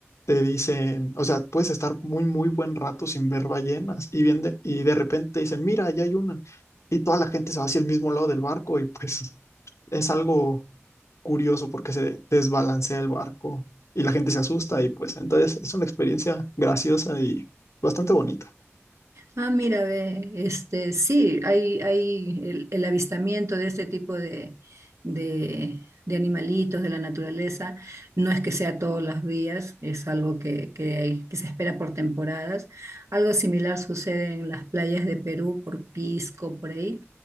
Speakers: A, on the left; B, on the right.
A: te dicen, o sea, puedes estar muy, muy buen rato sin ver ballenas y, bien de, y de repente te dicen, mira, allá hay una y toda la gente se va hacia el mismo lado del barco y pues es algo curioso porque se desbalancea el barco y la gente se asusta y pues entonces es una experiencia graciosa y bastante bonita.
B: Ah, mira, ve, este, sí, hay, hay el, el avistamiento de este tipo de, de, de animalitos de la naturaleza. No es que sea todos los días, es algo que, que, hay- que se espera por temporadas. Algo similar sucede en las playas de Perú, por Pisco, por ahí.